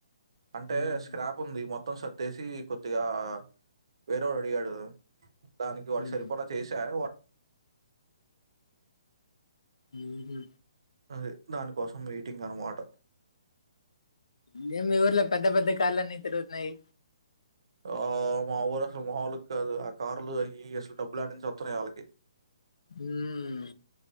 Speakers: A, on the right (about 60°); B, on the left (about 70°).
A: అంటే
B: హుహు.
A: స్క్రాప్ ఉంది మొత్తం స తెసి కొదిగా వేరే వాడు అడిగాడు దానికి వాడికి
B: హ్మ్.
A: సరిపడా చేసా వా
B: ఉహుమ్
A: అదే దానికోసం వెయిటింగ్ అన్నమాట
B: మేమి ఊర్లో పెద్ద పెద్ద కార్ లన్నీ తిరుగుతున్నాయి
A: ఆ మా ఊరు అసలు మాములుగా కాదు ఆ కార్లు అయి అసలు డబ్బులు యడ నుంచి వస్తున్నాయి ఆళ్ళకి
B: ఉమ్